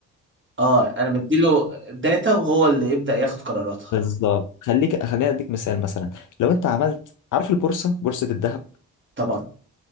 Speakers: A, on the right; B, on the left.
A: اه انا بديله داتا وهو اللي يبدأ ياخد قراراتها
B: بالظبط خليك خليني اديك مثال مثلا لو انت عملت عارف البورصه بورصه الذهب
A: طبعا